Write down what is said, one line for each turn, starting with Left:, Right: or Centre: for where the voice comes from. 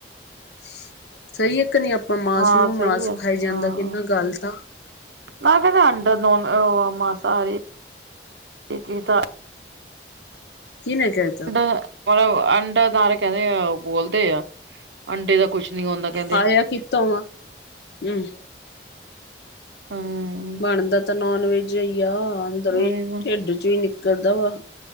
Left: ਸ ਸਹੀ ਇੱਕ ਨੀ ਆਪ ਹੁਣ ਮਾਸ
Right: ਹਾਂ
Left: ਨੂੰ
Right: ਸਹੀ
Left: ਮਾਸ
Right: ਹੈ
Left: ਖਾਈ ਜਾਂਦਾ
Right: ਹਾਂ
Left: ਕਿੰਨਾ ਗਲਤ ਆ
Right: ਨਾ ਕਹਿੰਦੇ, ਅੰਡਰ ਨੋਨ ਉਹ ਮਾਸਾਹਾਰੀ ਕੀਤਾ।
Left: ਕੀਨੇ ਕਹੀ
Right: ਅੰਡਾ ਮਤਲਬ ਅੰਡਾਦਾਰ ਕਹਿੰਦੇ ਆ, ਬੋਲਦੇ ਆ, ਅੰਡੇ ਦਾ ਕੁਛ ਨੀ ਹੁੰਦਾ। ਕਹਿੰਦੇ
Left: ਸਾਲਿਆ ਕਿੱਥੋਂ ਆਵਾ ਹਮ
Right: ਹਮ
Left: ਆਉਂਦਾ ਤਾਂ, ਨੋਨ ਵੈਜ ਹੀ ਆ, ਅੰਦਰੋਂ
Right: ਉਹੀ ਨਾ।
Left: ਢਿੱਡ 'ਚ ਵੀ ਨਿਕਲਦਾ ਵਾ